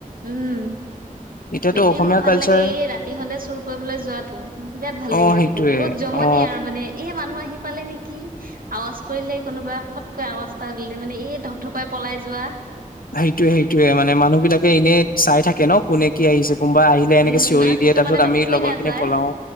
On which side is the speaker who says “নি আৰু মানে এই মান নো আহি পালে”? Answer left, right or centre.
Right